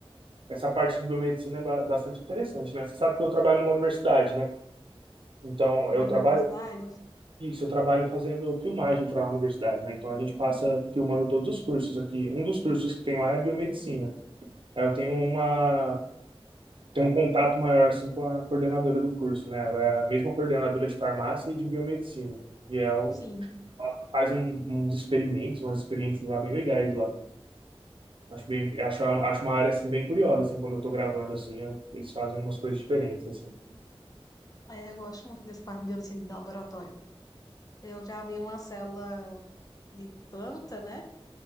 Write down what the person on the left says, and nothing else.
Trabalho
na universidade,
sim.
Ah, É, eu gosto muito dessa parte de biomedicina de laboratório. Eu já vi uma célula de planta, né?